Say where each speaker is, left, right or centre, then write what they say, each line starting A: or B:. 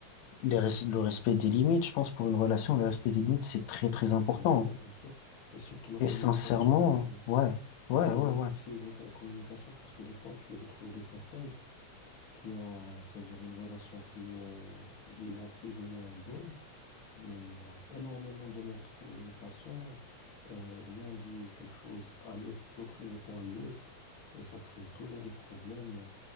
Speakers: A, on the left; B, on the left.
A: les res- le respect des limites. Je pense pour une relation, le respect des limites, c'est très, très important.
B: Bien sûr, bien sûr. Et surtout la communication,
A: Et sincèrement,
B: hein, je,
A: ouais,
B: je
A: ouais,
B: voulais
A: ouais,
B: au-
A: ouais,
B: aussi évoquer la communication parce que des fois, tu retrouves deux personnes qui ont, euh, c'est-à-dire une relation qui est, euh, disons, plus ou moins bonne mais il y a énormément de manque de communication. Euh, l'un dit quelque chose à l'est, l'autre il répond à l'ouest, et ça crée toujours des problèmes.